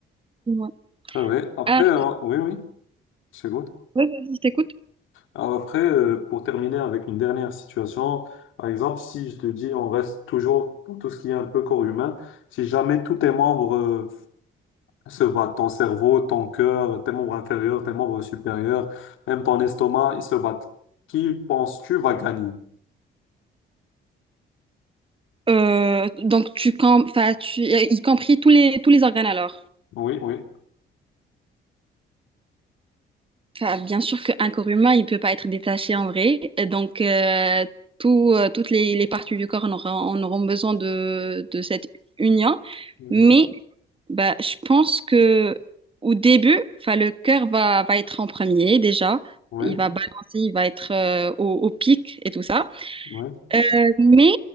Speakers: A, on the right; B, on the left.
A: Ouais.
B: C'est vrai. Après,
A: Ah,
B: euh, oui, oui, c'est good.
A: ouais, vas-y, je t'écoute.
B: Alors Après, euh, pour terminer avec une dernière situation, par exemple, si je te dis on reste toujours dans tout ce qui est un peu corps humain, si jamais tous tes membres euh, se battent, ton cerveau, ton cœur, tes membres inférieurs, tes membres supérieurs, même ton estomac, ils se battent, qui penses-tu va gagner?
A: Euh, donc, tu, com- enfin, tu, y compris tous les, tous les organes alors.
B: Oui, oui.
A: Enfin, bien sûr qu'un corps humain, il peut pas être détaché en vrai. Et Donc, euh, tout, euh, toutes les, les parties du corps en auront, en auront besoin de, de cette union.
B: Mhm.
A: Mais bah, je pense que au début, enfin, le cœur va, va être en premier déjà.
B: Oui,
A: Il va balancer, il va être euh, au, au pic et tout ça.
B: oui.
A: Euh, mais